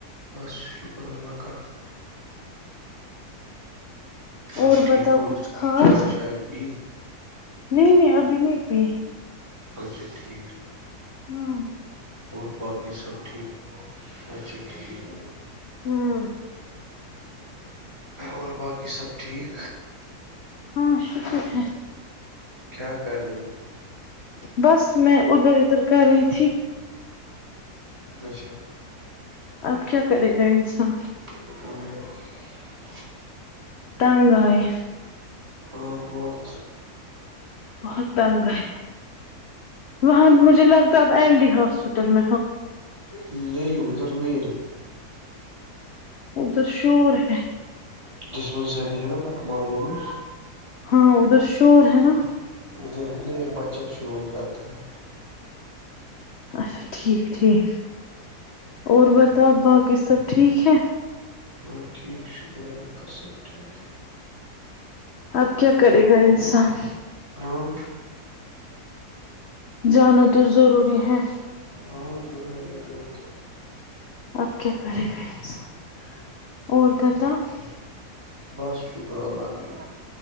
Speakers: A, on the right; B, on the left.
A: بس شکر اللہ کاال
B: اور
A: آپ ٹھیک
B: بتاؤ
A: ہو
B: کچھ خاص
A: چائے شائے پی
B: نہیں نہیں ابھی نہیں پی
A: اچھا ٹھیک
B: ہاں <unintelligible>
A: اور باقی سب ٹھیک اچھا ٹھیک
B: ہوں
A: اور باقی سب ٹھیک
B: ہاں شکر ہے
A: کیا کر رہے
B: بس میں ادھر ادھر کر رہی تھی
A: اچھا
B: اب کیا کرے گا انسان
A: ہ
B: تنگائے
A: ہاں بہت
B: بہت دنگ ہے وہاں مجھے لگتا ہے اب ایل ڈی ہاسپٹل میں ہو
A: نہیں ادھر نہیں
B: ادھر شور ہے
A: ڈسپینسری ہے نا بٹ معلو میں
B: ہاں ادھر شور ہے نا
A: ا ن بچہ شور کرتا ہے
B: اچھا ٹھیک ٹھیک اور بتاؤ باقی سب ٹھیک ہے
A: اور ٹھیک شکر اللہ کا سب ٹھیک
B: اب کیا کرے گا انسان
A: ہاں
B: جانا تو ضروری ہے
A: ہاں ضروری ہے وہ
B: اب کیا کرے گا انسان اور بتاؤ
A: بس شکر اللہ کا